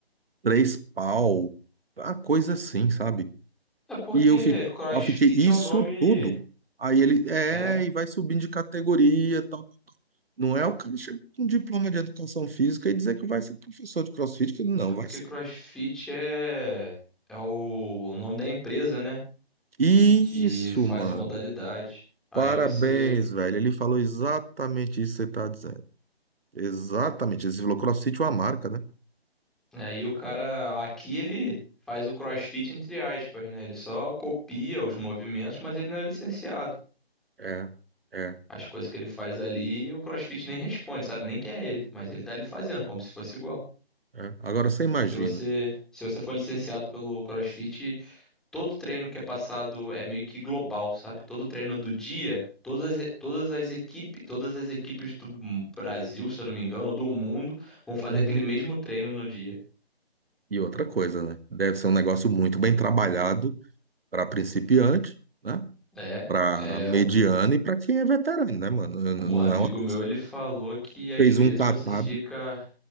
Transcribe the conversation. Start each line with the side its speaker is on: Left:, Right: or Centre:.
Right: três pau, uma coisa assim, sabe?
Centre: É porque
Right: E eu fiquei,
Centre: CrossFit
Right: eu fiquei, isso
Centre: é o nome.
Right: tudo. Aí ele, é,
Centre: É,
Right: e vai subindo de categoria, e tal. Não é o cara chega com um diploma de educação física e dizer que vai ser professor de CrossFit, que ele não
Centre: é
Right: vai
Centre: porque
Right: ser.
Centre: CrossFit é é o o nome da empresa, né?
Right: Isso,
Centre: Que faz
Right: mano.
Centre: a modalidade. Aí
Right: Parabéns,
Centre: você,
Right: velho. Ele falou exatamente isso que você tá dizendo. Exatamente. Ele falou CrossFit é uma marca, né?
Centre: aí o cara aqui ele faz o CrossFit entre aspas, né? Ele só copia os movimentos, mas ele não é licenciado.
Right: É, é,
Centre: As coisas que ele faz ali, o CrossFit nem responde, sabe? Nem que é ele, mas ele tá ali fazendo como se fosse igual.
Right: é. Agora você imagina.
Centre: Se você, se você for licenciado pelo CrossFit, todo treino que é passado é meio que global, sabe? Todo treino do dia, todas, as- todas as equipes, todas as equipes do Brasil, se eu não me engano, ou do mundo, vão fazer
Right: Uhum.
Centre: aquele mesmo treino no dia.
Right: E outra coisa, né? Deve ser um negócio muito bem trabalhado para principiante, né?
Centre: É,
Right: Para
Centre: é,
Right: mediano e para quem é veterano, né, mano? N-
Centre: um
Right: Não
Centre: amigo
Right: é uma que
Centre: meu, ele falou que às
Right: fez
Centre: vezes
Right: um catado.
Centre: você fica